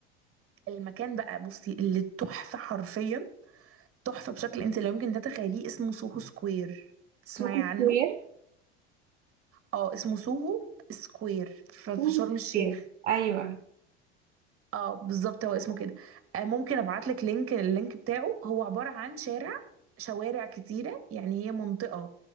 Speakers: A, on the right; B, on the right.
A: المكان بقى بصي اللي تحفة حرفيا تحفة بشكل انت لا يمكن تتخيليه اسمه سوهو سكوير تسمعي
B: سوق
A: عنه
B: سكوير
A: اه اسمه سوهو سكوير ف- في
B: سوق
A: شرم الشيخ
B: سكوير أيوة
A: اه بالظبط هو اسمه كده آه ممكن ابعت لك لينك اللينك بتاعه هو عبارة عن شارع شوارع كتيرة يعني هي منطقة